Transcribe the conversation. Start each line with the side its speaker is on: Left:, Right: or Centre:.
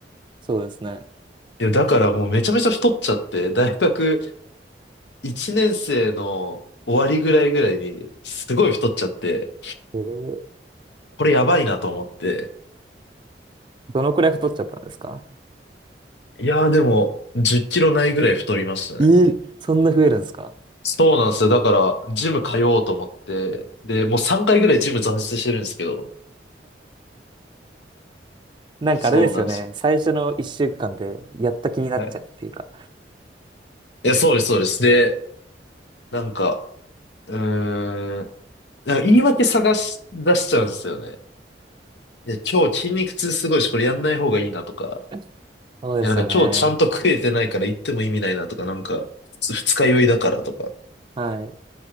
Right: そうですね。
Left: いや、だからもうめちゃめちゃ太っちゃって、大学1年生の終わりぐらいぐらいに、すごい太っちゃって、
Right: えー
Left: これやばいなと思って。
Right: どのくらい太っちゃったんですか
Left: いやーでも、10キロないぐらい太りましたね。
Right: えーそんな増えるんですか
Left: そうなんですよ。だから、ジム通おうと思って、で、もう3回ぐらいジム挫折してるんですけど、
Right: なんかあれですよね。
Left: そうなんですよ。
Right: 最初の一週間でやった気になっちゃうっていうか。
Left: はい。いや、そうです、そうです。で、なんか、うーん、なんか言い訳探し出しちゃうんですよね。いや、今日筋肉痛すごいし、これやんない方がいいなとか、
Right: <laughs> そうですよね。
Left: や、なんか今日ちゃんと食えてないから行っても意味ないなとか、なんか、ふ二日酔いだからとか。
Right: はい。